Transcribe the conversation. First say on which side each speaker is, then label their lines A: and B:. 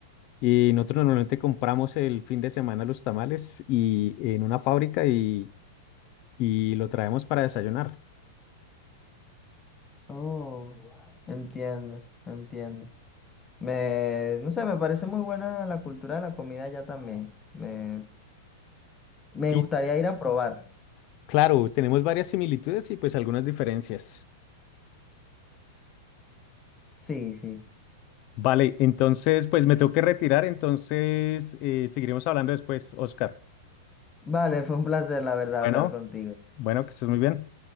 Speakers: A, on the left (about 45°); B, on the left (about 20°).
A: Y nosotros normalmente compramos el fin de semana los tamales y en una fábrica y, y lo traemos para desayunar.
B: Oh, entiendo, entiendo. Me, no sé, me parece muy buena la cultura de la comida allá también. Me, me
A: Sí,
B: gustaría ir a probar.
A: claro, tenemos varias similitudes y pues algunas diferencias.
B: Sí, sí.
A: Vale, entonces pues me tengo que retirar, entonces eh, seguiremos hablando después, Oscar.
B: Vale, fue un placer, la verdad,
A: Bueno,
B: hablar contigo.
A: bueno, que estés muy bien.